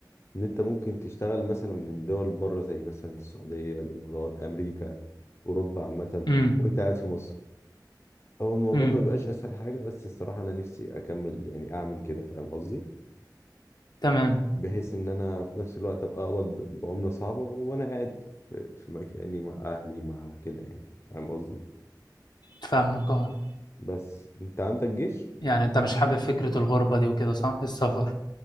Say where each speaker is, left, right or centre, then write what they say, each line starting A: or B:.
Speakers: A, on the left; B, on the left.
A: ان انت ممكن تشتغل مثلا من دول بره زي مثلا السعوديه الامارات امريكا اوروبا عامه
B: امم
A: وانت قاعد في مصر هو الموضوع
B: امم
A: ما بيبقاش اسهل حاجه بس الصراحه انا نفسي اكمل يعني اعمل كده فاهم قصدي
B: تمام
A: بحيث ان انا في نفس الوقت ابقى اقبض بعمله صعبه وانا قاعد في في مكاني مع اهلي مع كده يعني فاهم قصدي
B: فاهمك أه
A: بس انت عندك جيش
B: يعني أنت مش حابب فكرة الغربة دي وكده صح؟ السفر